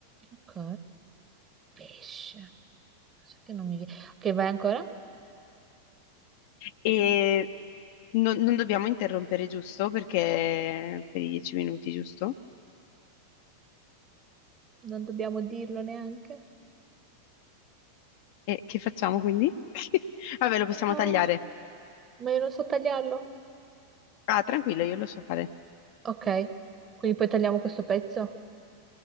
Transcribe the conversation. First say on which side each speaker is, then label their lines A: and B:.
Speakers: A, on the right; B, on the left.
A: Ok. Pesce. Cos'è che non mi viene? Ok, vai ancora?
B: E non, non dobbiamo interrompere, giusto? Perché per i dieci minuti, giusto?
A: Non dobbiamo dirlo neanche.
B: E che facciamo quindi? <laughs> Vabbè, lo possiamo
A: Oh,
B: tagliare.
A: ma io non so tagliarlo.
B: Ah, tranquillo, io lo so fare.
A: Ok, quindi poi tagliamo questo pezzo?